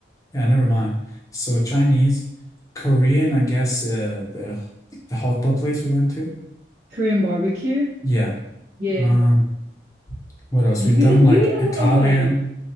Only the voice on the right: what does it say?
Korean barbecue.
Yeah.
You-
We
we
eat a lot
of like